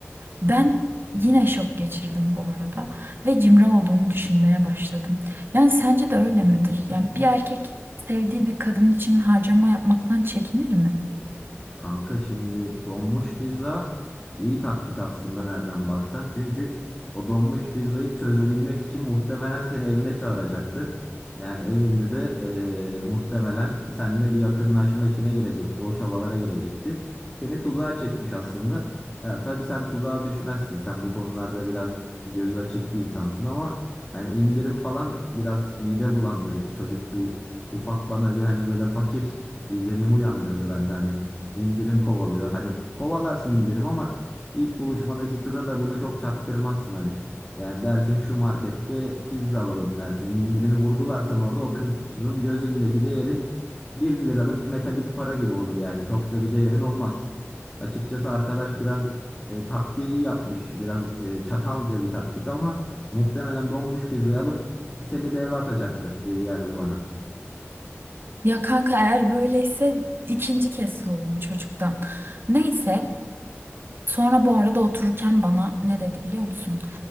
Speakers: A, on the right (about 50°); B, on the left (about 20°).
A: Ben yine şok geçirdim bu arada ve cimri olduğunu düşünmeye başladım. Yani sence de öyle midir? Yani bir erkek sevdiği bir kadın için harcama yapmaktan çekinir mi?
B: Kanka şimdi donmuş pizza iyi taktik aslında nereden baksan. Çünkü o donmuş pizzayı çözebilmek için muhtemelen seni evine çağıracaktı. Yani evinde de eee, muhtemelen seninle bir yakınlaşma içine girecekti. O çabalara girecekti. Seni tuzağa çekmiş aslında. Ya tabii sen tuzağa düşmezsin. Sen bu konularda biraz gözü açık bir insansın ama hani indirim falan biraz mide bulandırıcı. Çocuk bir ufak bana bir hani böyle fakir izlenimi uyandırdı bende hani indirim kovalıyor. Hani kovalarsın indirim ama ilk buluşmadaki kıza da bunu çok çaktırmazsın hani. Yani dersin şu markette pizza alalım dersin. İndirimi vurgularsan orada o kızın gözündeki değerin bir liralık metalik para gibi olur yani. Çok da bir değerin olmaz. Açıkçası arkadaş biraz e, taktiği iyi yapmış. Biraz e, çakalca bir taktik ama muhtemelen donmuş pizzayı alıp seni de eve atacaktı gibi geldi bana.
A: Ya kanka eğer böyleyse ikinci kez soğudum çocuktan. Neyse Sonra bu arada otururken bana ne dedi biliyor musun?